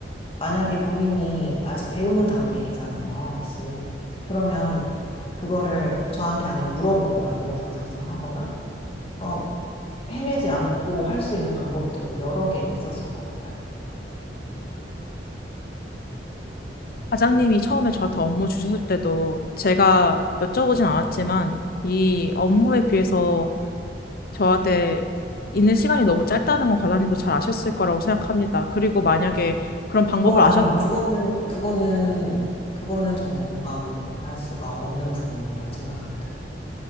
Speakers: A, on the left (about 30°); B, on the left (about 55°).
A: 만약에 본인이 아직 배우는 단계이잖아요, S. 그러면 그거를 저한테 아니면 물어보거나 보고서를 작성하거나, 어, 헤매지 않고 할 수 있는 방법들이 여러 개 있었을 것 같아요.
B: 과장님이 처음에 저한테 업무 주셨을 때도 제가 여쭤보진 않았지만 이 업무에 비해서 저한테 있는 시간이 너무 짧다는 건 과장님도 잘 아셨을 거라고 생각합니다. 그리고 만약에 그런 방법을
A: 어,
B: 아셨
A: 아니요. 그거는, 그거는, 그거는 전혀 공감할 수가 없는 부분이라고 생각합니다.